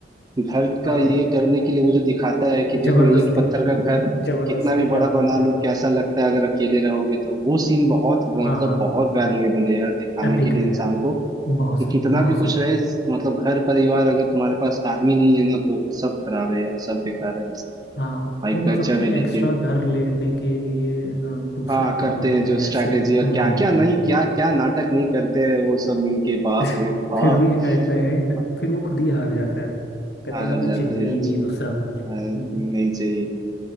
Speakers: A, on the right (about 20°); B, on the left (about 70°).
A: घर का
B: रहा हाँ
A: ये करने के लिए वो जो दिखाता है कि देखो
B: जबरदस्ती
A: ईंट पत्थर का घर
B: जबरदस्ती
A: कितना भी बड़ा
B: का
A: बना
B: हाँ
A: लो कैसा लगता है अगर अकेले रहोगे तो वो सीन बहुत मतलब
B: हाँ हाँ हाँ
A: बहुत वैल्यूएबल है यार दिखाने
B: एपिक
A: के लिए
B: है
A: इंसान
B: यार
A: को
B: बहुत
A: कि
B: से-
A: कितना
B: बहुत
A: भी
B: ज्यादा
A: कुछ रहे मतलब घर परिवार अगर तुम्हारे पास आदमी नहीं है ना तो सब खराब है यार सब बेकार है
B: हाँ
A: भाई
B: वो मतलब
A: गजब
B: कि
A: है लेकिन
B: एक्स्ट्रा घर लेने के लिए अ, दूसरे
A: हाँ करते
B: कमरे
A: हैं
B: में
A: जो स्ट्रैटेजी
B: ऐसे हम्म
A: और क्या क्या
B: हम्म,
A: नहीं क्या क्या नाटक नहीं करते हैं वो सब मिलके बाप
B: <laughs>
A: रे बाप
B: फिर भी एट द एंड
A: हाँ,
B: फिर वो खुद ही हार जाते हैं कहते
A: हार
B: हैं हमें
A: जाते
B: चाहिए
A: हैं
B: ही
A: अच्छा
B: नहीं दूसरा घर
A: हाँ, नहीं
B: हम्म,
A: चाहिए